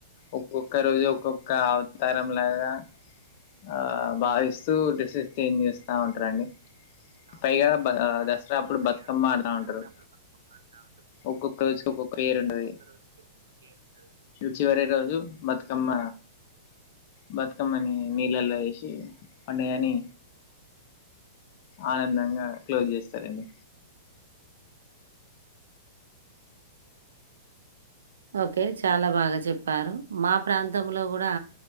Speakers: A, on the left; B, on the right.
A: ఒక్కొక్క రోజు ఒక్కొక్క అవతారం లాగా ఆ భావిస్తూ డ్రెస్సెస్ చేంజ్ జేస్తా ఉంటారండి
B: అ ఉంటారుండి
A: పైగా బ దసరా అప్పుడు
B: పైగా
A: బతుకమ్మ ఆడుతా ఉంటారు
B: దసరాపుడు బతుకమ్మ అంట ఉంటారు
A: ఒక్కొక్క రోజుకి ఒక్కొక్క పేరు ఉంటది
B: ఒక్కొక్క రోజుకి ఒక్కొక్క పేరు ఉంటది
A: చివరి రోజు బతుకమ్మ బతు కమ్మని నీళ్ళల్లో ఎసి పండగానీ ఆనందంగా క్లోజ్ చేస్తారండి
B: ఓకే చాలా బాగా చెప్పారు మా ప్రాంతంలో కూడా